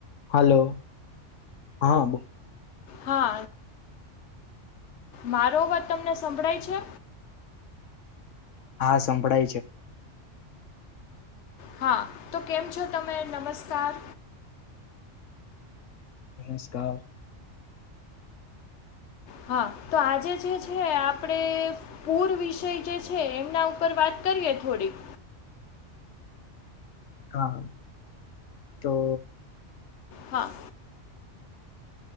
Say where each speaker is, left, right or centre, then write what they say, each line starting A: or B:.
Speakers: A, on the left; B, on the left.
A: Hello હા
B: હા મારો અવાજ તમને સંભળાય છે
A: હા સંભળાય છે
B: હા તો કેમ છો તમે નમસ્કાર
A: નમસ્કાર
B: હા તો આજે જે છે આપણે પૂર વિષય જે છે એમના ઉપર વાત કરીએ થોડીક
A: હા તો
B: હા